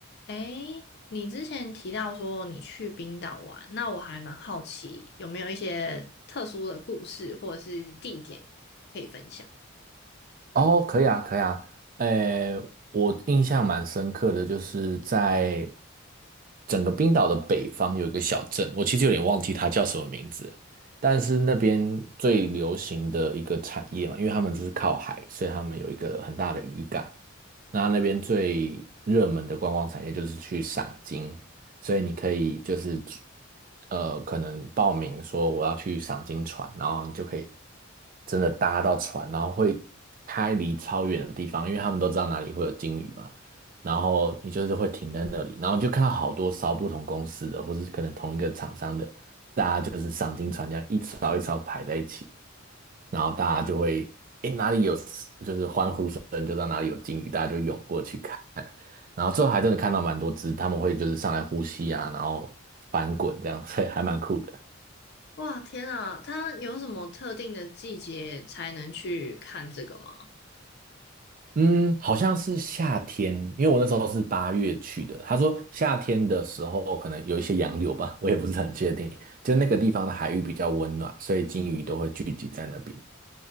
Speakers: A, on the left (about 50°); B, on the right (about 40°).
A: 诶，你之前提到说你去冰岛玩，那我还蛮好奇有没有一些特殊的故事或者是地点可以分享？
B: 哦，可以啊，可以啊。诶，我印象蛮深刻的，就是在整个冰岛的北方有一个小镇，我其实有点忘记它叫什么名字了但是那边最流行的一个产业嘛，因为他们就是靠海，所以他们有一个很大的渔港。那那边最热门的观光产业就是去赏金，所以你可以就是呃，可能报名说我要去赏金船，然后你就可以真的搭到船，然后会开离超远的地方，因为他们都知道哪里会有鲸鱼嘛。然后你就是会停在那里，然后你就看到好多艘不同公司的，或是可能同一个厂商的，它就是赏金船这样一艘一艘排在一起，然后大家就会，诶，哪里有，就是欢呼声就知道哪里有鲸鱼，大家就涌过去看。然后最后还真的看到蛮多只，他们会就是上来呼吸啊，然后翻滚这样，<laughs> 所以还蛮酷的。
A: 哇，天啊，它有什么特定的季节才能去看这个吗？
B: 嗯，好像是夏天，因为我那时候是八月去的。他说夏天的时候可能有一些洋流吧，我也不是很确定。就那个地方的海域比较温暖，所以鲸鱼都会聚集在那边。